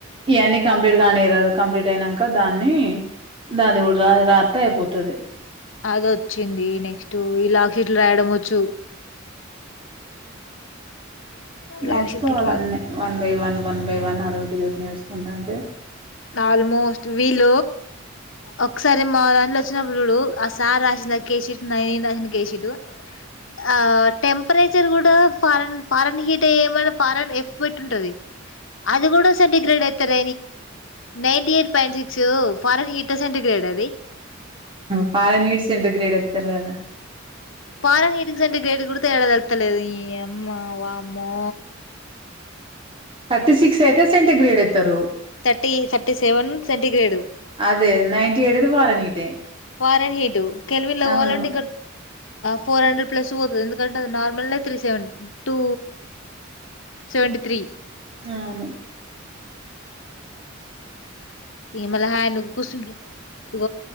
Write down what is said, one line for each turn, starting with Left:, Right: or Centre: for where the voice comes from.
Right: ఇవన్నీ కంప్లీట్ గానీరాదు కంప్లీట్ అయినాక దాన్ని దాన్ని కూడా రా రాతే అయిపోతుది
Left: అది వచ్చింది నెక్స్ట్ లాక్షీట్లు రాయడం వచ్చు
Right: నేర్చుకోవాల
Left: లాక్ షీట్లు రా
Right: అన్ని one by one one by one అదోటి ఇదోటి నేర్చుకుంట ఉంటే
Left: ఆల్మోస్ట్ వీళ్ళ ఒకసారి మా దాంట్లో వచ్చిన ఆ సార్ రాసిన కేసి షీట్ నేను రాసిన కేసి షీట్ ఆ టెంపరేచర్ కూడా ఫారెన్ ఫారెన్ హీట్ అయ ఏమ ఫారెన్ ఎఫ్ పెట్టి ఉంటది అది కూడా సెంటి గ్రేడ్ ఎత్తారు nine eight point six foreign hit ఆ సెంటిగ్రేట్ ఆ అది
Right: ఫారిన్ హీట్ సెంటిగ్రేట్ ఎత్తారు కదా
Left: ఫారిన్ హీట్ కి సెంటిగ్రేట్ కి కూడా తేడా తెలుస్త లేదు నీ అమ్మ వామ్మో
Right: థర్టీ సిక్స్ అయితే సెంటీ గ్రేడ్ అస్తారు
Left: థర్టీ థర్టీ సెవెన్ సెంటిగ్రేడ్
Right: అదే నైన్టీ తడే ఫారిన్ హీట్ ఆ
Left: ఫారెన్ హీటు కల్వలో ల్
Right: అవును
Left: వాలింటి ఫోర్ హండ్రెడ్ ప్లస్ పోతుంది ఎందుకంటే అది నార్మల్ త్రీ సెవెంట టూ సవెంట తీ
Right: అవును
Left: <unintelligible> <inaudible>